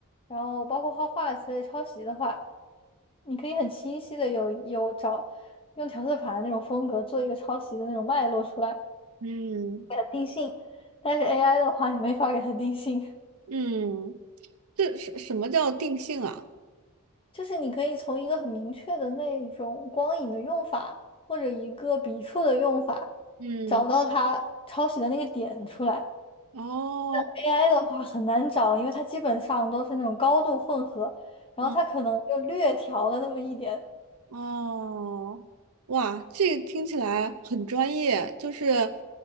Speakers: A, on the left; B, on the right.
A: 然后包括画画之类抄袭的话，你可以很清晰的有有找用调色盘那种风格做一个抄袭的那种脉络出来，
B: 嗯
A: 定性，但是 AI 的话，你没法给它定性。
B: 嗯，这什什么叫定性啊？
A: 就是你可以从一个很明确的那种光影的用法，或者一个笔触的用法，
B: 嗯，
A: 找到它抄袭的那个点出来。
B: 哦。
A: AI 的话很难找，因为它基本上都是那种高度混合，然后它可能就略调了那么一点。
B: 嗯。哦，哇，这个听起来很专业，就是